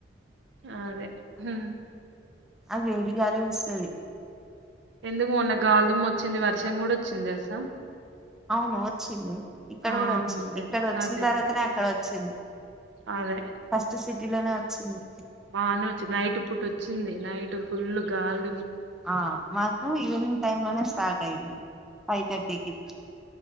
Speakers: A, on the right; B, in the centre.
A: అదే హూ
B: అది వేడి గాలే వస్తది
A: ఎందుకు మొన్న గాల్దుమ్ము వచ్చింది వర్షం కూడా వచ్చింది తెలుసా
B: అవును వచ్చింది ఇక్కడ
A: ఆ
B: కూడా వచ్చింది
A: అదే
B: ఇక్కడ వచ్చిన
A: అదే
B: తర్వాతనే అక్కడ వచ్చింది
A: అదే
B: ఫస్ట్ సిటీ లోనే వచ్చింది
A: బానే వచ్చింది నైట్ పూట వచ్చింది నైట్ ఫుల్ గాల్
B: ఆ మాకు ఈవినింగ్ టైమ్ లోనే స్టార్ట్ అయింది ఫైవ్ థర్టీకి